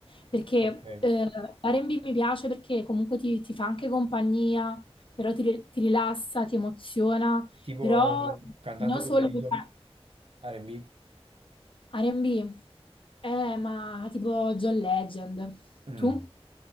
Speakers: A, on the left (about 55°); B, on the right (about 60°).
A: perché
B: ok.
A: eh, l'R&B mi piace perché comunque ti, ti fa anche compagnia, però ti, ti rilassa, ti emoziona,
B: Tipo
A: però
B: cantante
A: il neo
B: preferito?
A: soul mi fa...
B: R&B?
A: R&B, eh, ma tipo John Legend.
B: Mm.
A: Tu,